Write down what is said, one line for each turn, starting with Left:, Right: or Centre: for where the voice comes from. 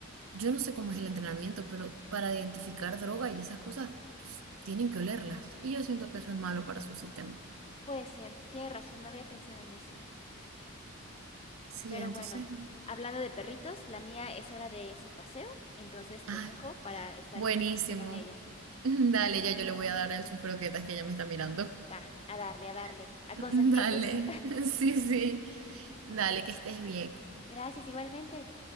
Right: yo no sé cómo es el entrenamiento, pero para identificar droga y esas cosas pues, tienen que olerlas. Y yo siento que eso es malo para su sistema.
Left: puede ser, tiene razón, no había pensado en eso.
Right: Sí,
Left: Pero
Right: entonces,
Left: bueno, hablando de perritos, la mía es hora de su paseo, entonces te
Right: ay,
Left: dejo para estar
Right: buenísimo.
Left: un ratito con ella.
Right: <laughs> Dale, ya yo le voy a dar a él sus croquetas que ya me está mirando.
Left: Va, a darle, a darle,
Right: <laughs>
Left: a consentirlos.
Right: Dale, <laughs> sí, sí. Dale, que estés bien.
Left: <laughs> Gracias igualmente.